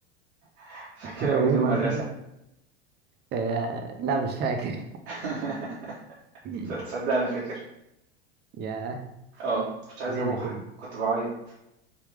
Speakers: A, on the right; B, on the right.
A: <laughs> فاكر
B: <laughs>
A: اول يوم مدرسة
B: آه لا مش فاكر
A: <laughs>
B: <laughs>
A: تصدق انا فاكر
B: يا
A: اه كنتش عايز
B: لنا
A: اروح
B: كده
A: كنت بعيط